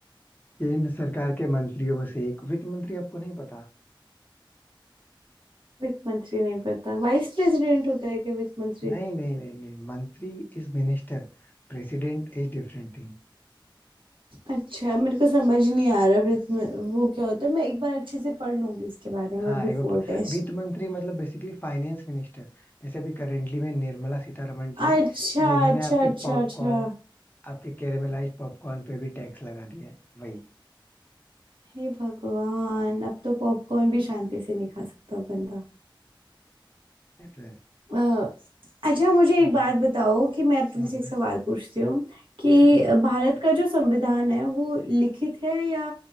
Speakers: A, on the left; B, on the right.
A: केंद्र सरकार के मंत्रियों में से एक वित्त मंत्री आपको नहीं पता
B: वित्त मंत्री नहीं पता वाइस प्रेसिडेंट होता है क्या वित्त मंत्री
A: नहीं नहीं नहीं नहीं मंत्री is minister President is different thing
B: अच्छा मेरे को समझ नहीं आ रहा वित्त में वो क्या होता है मैं एक बार अच्छे से पढ़ लूंगी इसके बारे में
A: हाँ
B: बिफोर
A: ये वो प-
B: टेस्ट
A: वित्त मंत्री मतलब बेसिकली फाइनेंस मिनिस्टर जैसे अभी करेंटली में निर्मला सीतारमण जी हैं
B: अच्छा
A: जिन्होंने
B: अच्छा
A: आपके
B: अच्छा
A: पॉपकॉर्न
B: अच्छा
A: आपके कैरेमलाइज्ड पॉपकॉर्न पे भी टैक्स लगा दिया है वही
B: हे भगवान अब तो पॉपकॉर्न भी शांति से नहीं खा सकता बंदा
A: ये तो है
B: अ, अच्छा मुझे
A: हम्म
B: एक बात बताओ कि मैं अब तुमसे
A: हम्म,
B: एक सवाल पूछती हूँ कि
A: पूछो
B: भारत का जो संविधान है वो लिखित है या